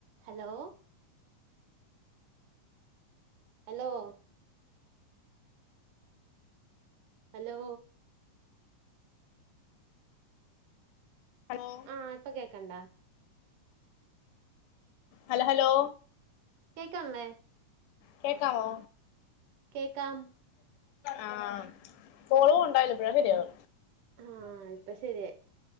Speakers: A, on the right (about 75°); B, on the left (about 80°).
A: Hello. Hello hello
B: hello
A: ആഹ ഇപ്പൊ കേക്കണ്ടാ
B: ഹല ഹലോ
A: കേക്കണില്ലേ
B: കേക്കാമോ
A: കേക്കാം
B: ആഹ കോള് പോണ്ടായില ഇപ്പഴാ ശരിയാവ്
A: ആഹ ഇപ്പൊ ശരിയായി